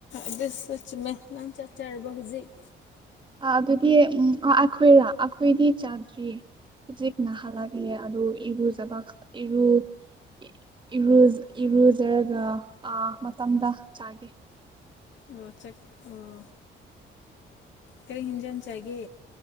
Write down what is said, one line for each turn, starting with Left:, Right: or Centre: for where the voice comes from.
Left: ꯑꯗꯨꯗ ꯁ ꯃꯦ ꯅ ꯆꯆꯔꯔꯕ ꯍꯧꯖꯤꯛ
Right: ꯑ ꯑꯗꯨꯗꯤ ꯎꯝ ꯑ ꯑꯩꯈꯣꯏꯔꯥ ꯑꯩꯈꯣꯏꯗꯤ ꯆꯥꯗ꯭ꯔꯤꯌꯦ ꯍꯧꯖꯤꯛ ꯅꯍꯜꯂꯒꯦ ꯑꯗꯨ ꯏꯔꯨ ꯆꯕ ꯏꯔ ꯏꯔꯨꯖꯔꯒ ꯃꯇꯝꯗ ꯆꯥꯒꯦ
Left: ꯑꯣ ꯑꯣ ꯀꯔꯤ ꯍꯦꯟꯖꯟ ꯆꯥꯏꯒꯦ